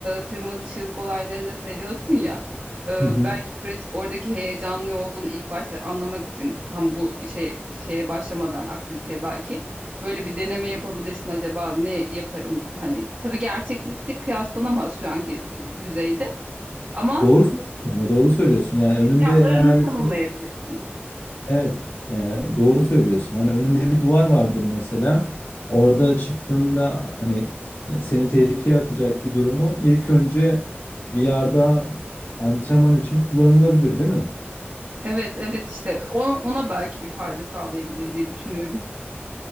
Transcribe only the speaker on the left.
Hı hı.
Doğru söylüyorsun ama doğru söylüyorsun. Yani önünde
eğer
Evet, e, doğru söylüyorsun. Hani önünde bir duvar vardır mesela. Orada çıktığında hani e, seni tehlikeye atacak bir durumu ilk önce bir yerde antrenman için kullanılabilir, değil mi?